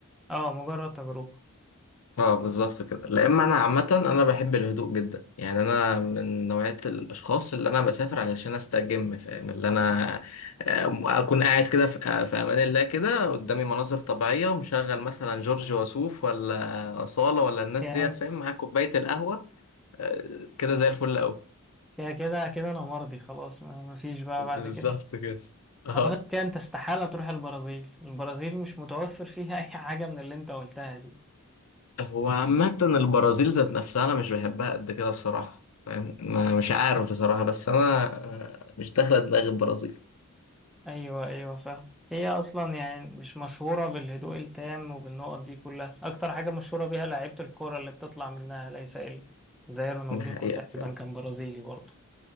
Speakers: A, in the centre; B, on the left (about 75°).
A: اه مجرد تجربة
B: اه بالظبط كده لا اما انا عامه انا بحب الهدوء جدا يعني انا من نوعيه الاشخاص اللي انا بسافر علشان استجم فاهم اللي انا آه، اكون قاعد كده في آه، في امان الله كده قدامي مناظر طبيعيه ومشغل مثلا جورج وسوف ولا اصاله ولا الناس
A: يا-
B: ديت فاهم مع كوبايه القهوه آه، كده زي الفل قوي
A: يا كده كده انا مرضي خلاص ما ما فيش بقى
B: بالظبط
A: بعد كده
B: كده <laughs> اه
A: اعتقد كده انت استحالة تروح البرازيل البرازيل مش متوفر فيها <laughs> اي حاجة من اللي انت قلتها دي
B: هو عامة البرازيل ذات نفسها أنا مش بحبها قد كده بصراحة فاهم ما- مش عارف بصراحة بس أنا آه، مش داخلة دماغي البرازيل
A: ايوه ايوه فاهم هي اصلا يعني مش مشهوره بالهدوء التام وبالنقط دي كلها اكتر حاجه مشهوره بيها لعيبه الكوره اللي بتطلع منها ليس الا زي رونالدينو
B: ده حقيقة
A: تقريبا
B: فعلا
A: كان برازيلي برضه